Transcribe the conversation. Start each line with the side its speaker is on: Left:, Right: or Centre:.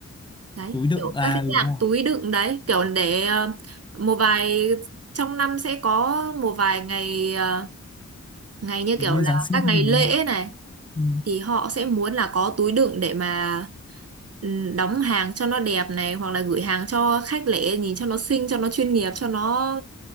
Right: đấy
Left: túi đựng
Right: kiểu
Left: à
Right: các cái
Left: ừ,
Right: dạng
Left: đúng rồi
Right: túi đựng đấy kiểu để ờ, một vài trong năm sẽ có một vài ngày ờ, ngày như
Left: kiểu
Right: kiểu
Left: như
Right: là
Left: Giáng sinh
Right: các ngày
Left: này đi.
Right: lễ này
Left: ừ.
Right: thì họ sẽ muốn là có túi đựng để mà ừm, đóng hàng cho nó đẹp này hoặc là gửi hàng cho khách lẻ nhìn cho nó xinh cho nó chuyên nghiệp cho nó